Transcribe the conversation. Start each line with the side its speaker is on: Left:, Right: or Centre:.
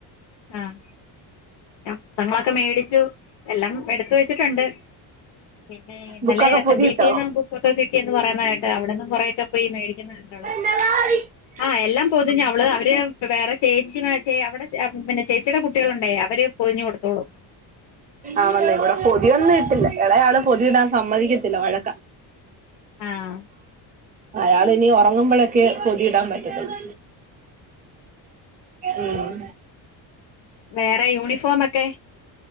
Left: ആഹ് പുസ്തകങ്ങളൊക്കെ മേടിച്ചു എല്ലാം എടുത്ത വെച്ചിട്ടുണ്ട്. പിന്നെ ഇന്നലെ
Right: ബുക്കൊക്കെ
Left: എസ്
Right: പൊതിയിട്ടോ
Left: എൻ ഡി പി ന്ന് ബുക്കൊക്കെ കിട്ടിന്ന് പറയുന്ന കേട്ട്. അവിടന്നും കുറേക്കെ പോയി മേടിക്കുന്ന കണ്ട് അവള്.
Right: ര <unintelligible>
Left: ആ എല്ലാം പൊതിഞ്ഞു അവള്, അവര്, വേറെ ചേച്ചിമാർ, ചെ, അവിടെ പിന്നെ ചേച്ചിട കുട്ട്യളുണ്ടേ അവര് പൊതിഞ്ഞു കൊടുത്തോളും.
Right: ആണല്ലേ ഇവിടെ പൊതിയൊന്നും ഇട്ടില്ല. എളെആള് പൊതി ഇടാൻ സമ്മതിക്കത്തില്ല. വഴക്ക
Left: ആഹ്
Right: അയാൾ ഇനി ഒറങ്ങുമ്പോഴൊക്കെ പൊതിയിടാൻ പറ്റത്തുള്ളൂ. ഉം.
Left: വേറെ യൂണിഫോമൊക്കെ